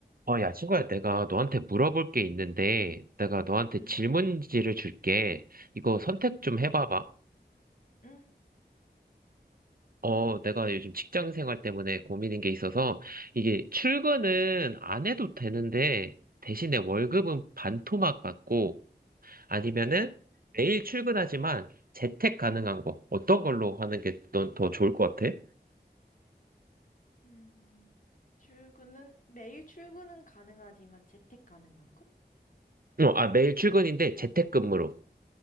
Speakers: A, on the right (about 55°); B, on the left (about 50°).
A: 어, 야, 친구야, 내가 너한테 물어볼 게 있는데, 내가 너한테
B: 응,
A: 질문지를 줄게. 이거 선택
B: 응,
A: 좀 해봐봐.
B: 응.
A: 어, 내가 요즘 직장 생활 때문에 고민인 게 있어서, 이게 출근은 안 해도 되는데, 대신에 월급은 반토막 받고, 아니면은 매일 출근하지만 재택 가능한 거, 어떤 걸로 하는 게 넌 더 좋을 것 같아?
B: 음, 출근은, 매일 출근은 가능하지만 재택 가능한 거?
A: 어, 아, 매일 출근인데 재택근무로.